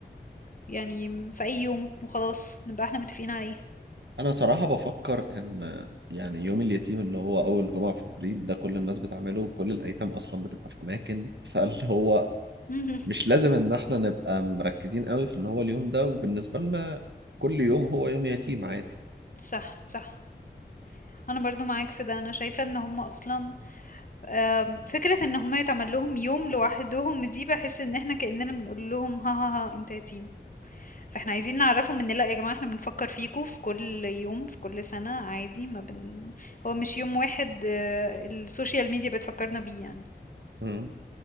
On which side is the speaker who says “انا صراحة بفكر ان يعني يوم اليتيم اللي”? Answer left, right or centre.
Right